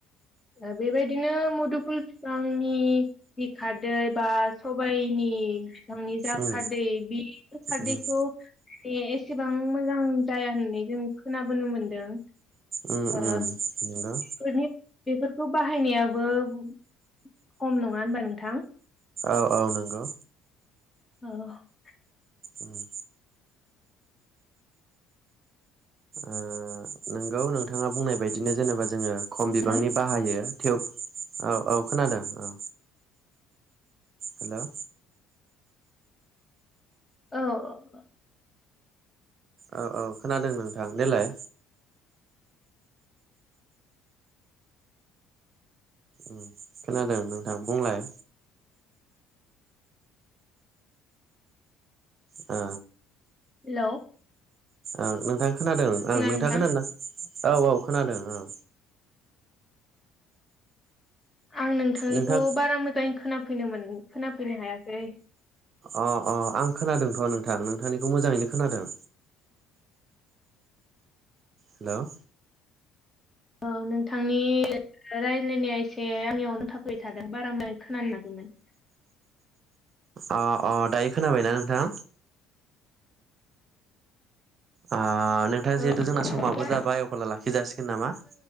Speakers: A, on the left; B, on the right.
A: ओ बेबायदिनो मुदुफुल फिफांनि बि खारदै बा सबाइनि फिफांनि
B: उम
A: खारदै बि खारदैखौ
B: उम
A: बे एसेबां मोजां जाया होननानै जों खोनाबोनो मोनदों। ओ
B: उम उम नंगौ
A: बेफोरखौ बाहायनायाबो खम नंङा होनबा नोंथां
B: औ औ नंगौ।
A: औ।
B: उम ओ नोंगौ नोंथांङा बुंनाय बायदिनो जेनेबा जोङो खम
A: नोंथां
B: बिबांनि बाहायो। थेव औ औ खोनादों औ। हेल'।
A: औ ।
B: औ औ खोनादों नोंथां देलाय ओम खोनादों नोंथां बुंलाय ओ।
A: हेल'।
B: ओं नोंथां खोनादों ओं नोंथाङा
A: नोंथां
B: खोनादोंना औ औ खोनादों ओं।
A: आं नोंथांनिखौ
B: नोंथां
A: बारा मोजांङै खोनफैनोमोन खोनाफैनो हायासै।
B: अ अ आं खोनादोंथ' नोंथां नोंथांनिखौ मोजांङैनो खोनांदों। हेल'।
A: ओ नोंथांनि ओ रायज्लायनाया एसे आंनियावनो नांथाफैबाय थादों बारा मोखोनानो मोनाखैमोन।
B: अ अ दायो खोनाबायना नोंथांङा। ओ नोंथांङा
A: ओ
B: जिहेथु जोंना समाबो
A: दा
B: जाबाय अबला लाखिज जासिगोन नामा।